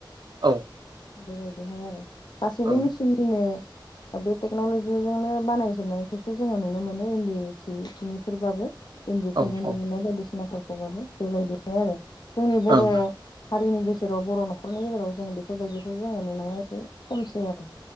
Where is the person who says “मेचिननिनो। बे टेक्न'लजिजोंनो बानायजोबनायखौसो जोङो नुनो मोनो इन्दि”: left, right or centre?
Left